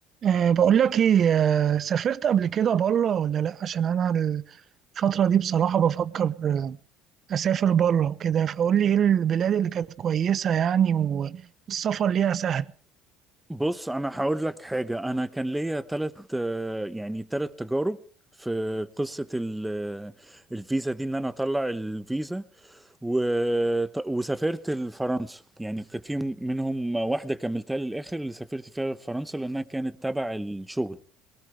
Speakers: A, on the right; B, in the centre.
A: أه بقول لك ايه أه سافرت قبل كده بره ولا لا عشان انا الفترة دي بصراحة بفكر آه، اسافر بره وكده فقول لي ايه البلاد اللي كانت كويسة يعني و- والسفر ليها سهل
B: بص انا هقول لك حاجه انا كان ليا ثلاث يعني ثلاث تجارب في قصه ال- الفيزا دي ان انا اطلع الفيزا و... وسافرت لفرنسا يعني كانت في منهم واحده كملتها للاخر اللي سافرت فيها فرنسا لانها كانت تبع الشغل